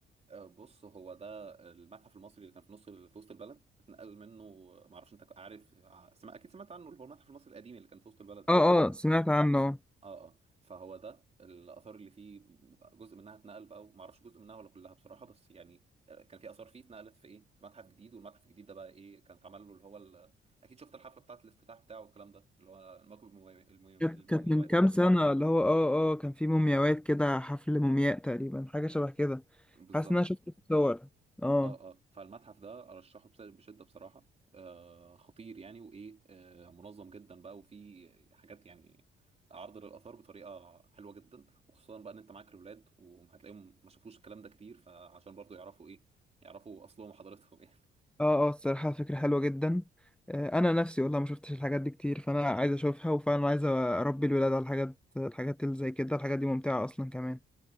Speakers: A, on the right; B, in the centre.
A: آه بص هو ده المتحف المصري اللي كان في نص ال- في وسط البلد اتنقل منه ما اعرفش انت عارف ع- سمع اكيد سمعت عنه اللي هو المتحف المصري القديم اللي كان في وسط البلد
B: اه
A: عند التحرير
B: اه سمعت عنه
A: اه اه فهو ده الاثار اللي فيه جزء منها اتنقل بقى ما اعرفش جزء منها ولا كلها بصراحه بس يعني آه، كان في اثار فيه اتنقلت في ايه في متحف جديد والمتحف الجديد ده بقى ايه كان اتعمل له اللي هو ال... اكيد شفت الحفله بتاعه الافتتاح بتاعه والكلام ده اللي هو الموكب المومي...
B: كانت
A: المومياوات
B: كانت من كام سنة اللي هو اه اه كان في مومياوات كده حفل مومياء تقريبا حاجة شبه كده
A: بالظبط
B: حاسس ان انا شفت الصور اه
A: اه اه فالمتحف ده ارشحه بس- بشده بصراحه آه خطير يعني وايه آه منظم جدا بقى وفي حاجات يعني عرض للاثار بطريقه حلوه جدا وخصوصا بقى ان انت معاك الاولاد وهتلاقيهم ما شافوش الكلام ده كتير فعشان برضو يعرفوا ايه يعرفوا اصلهم وحضارتهم <laughs> يعني
B: اه اه الصراحة فكرة حلوة جدا آه، انا نفسي والله ما شفتش الحاجات دي كتير فانا عايز اشوفها وفعلا عايز اربي الولاد على الحاجات الحاجات اللي زي كده الحاجات دي ممتعة اصلا كمان